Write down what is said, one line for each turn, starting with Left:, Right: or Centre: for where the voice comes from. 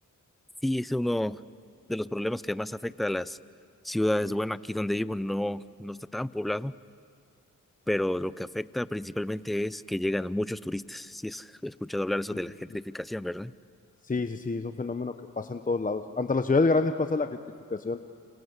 Centre: Sí, es uno de los problemas que más afecta a las ciudades. Bueno, aquí donde vivo no, no está tan poblado, pero lo que afecta principalmente es que llegan muchos turistas. Sí, has escuchado hablar eso
Left: Sí,
Centre: de la gentrificación,
Left: sí,
Centre: ¿verdad?
Left: Sí, sí, sí, es un fenómeno que pasa en todos lados. Ante las ciudades grandes pasa la gentrificación.